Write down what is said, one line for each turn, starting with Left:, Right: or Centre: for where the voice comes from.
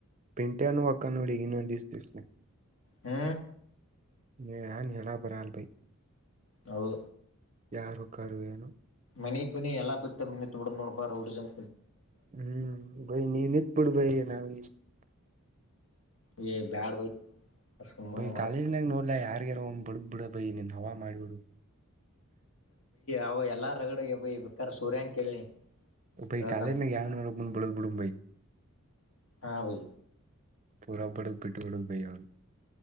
Right: ಪಿಂಟ್ಯಾ ನು ವಕ್ಕಾನ ನೋಡ ಈಗ ಇನ್ನೊಂದಿಸ ದಿವಸಕ
Left: ಹ್ಮ
Right: ನಾ ಏನ್ ಹೇಳಕ್ ಬರಲರಿ
Left: ಹೌದು
Right: ಯಾರು ಹೊಕ್ಕರೇನು
Left: ಮನಿ ಪನಿ ಎಲ್ಲಾ ಬಿಟ್ಟ ನಿಂತ ಬಿಡದ ನೋಡಪಾ ರೌಡಿಸಮ
Right: ಹ್ಮ್ ಬೈ ನಿನ್ ನಿಂತ ಬಿಡು ಬೈ ನಾನ್
Left: ಇ ಬ್ಯಾಡ್ ಬೈ ಸುಮ್ಮ
Right: ಬೈ
Left: ಮತ್
Right: ಕಾಲೇಜ್ನಾಗ ನೋಡ್ಲ ಯಾರಗ್ಯಾರ್ ಒಮ್ಮೆ ಬಡದ ಬಿಡ ಬೈ ನಿನ್ ಹವಾ ಮಾಡ್ಬಿಡು.
Left: ಅವು ಎಲ್ಲಾ ರಗಡ ಆಗ್ಯಾವ ಬೈ ಬೇಕರ್ ಸೂರ್ಯಂ ಕೇಳನಿ
Right: ಯಪ್ಪಾ
Left: ಹೇಳ್ತಾನ
Right: ಇ ಕಾಲೇಜ್ ಯಾವನೂರ ಮು ಬಿಡಲ್ ಬಿಡ ಬೈ
Left: ಹಾ ಬೈ
Right: ಪುರಾ ಬಡದ ಬಿಟ್ಟುಬಿಡುದ ಬೈ ಅವರನ್